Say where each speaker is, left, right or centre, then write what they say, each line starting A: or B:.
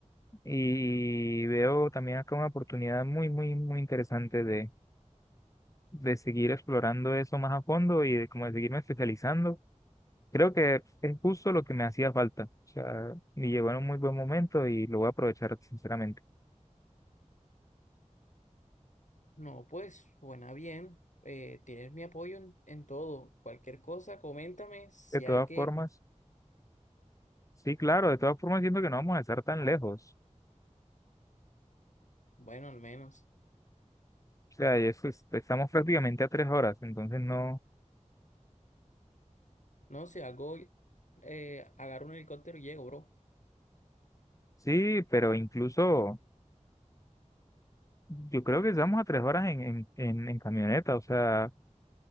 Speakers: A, on the left; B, on the left.
A: y veo también acá una oportunidad muy, muy, muy interesante de, de seguir explorando eso más a fondo y de, como de seguirme especializando. Creo que es justo lo que me hacía falta. O sea, me llegó en un muy buen momento y lo voy a aprovechar sinceramente.
B: No, pues suena bien. eh, tienes mi apoyo en, en todo. Cualquier cosa, coméntame si
A: De todas
B: hay que,
A: formas, sí, claro, de todas formas siento que no vamos a estar tan lejos.
B: bueno, al menos.
A: O sea, y eso es- estamos prácticamente a tres horas, entonces no,
B: No, si hago, eh, agarro un helicóptero y llego, bro.
A: sí, pero incluso yo creo que estamos a tres horas en, en, en en camioneta, o sea...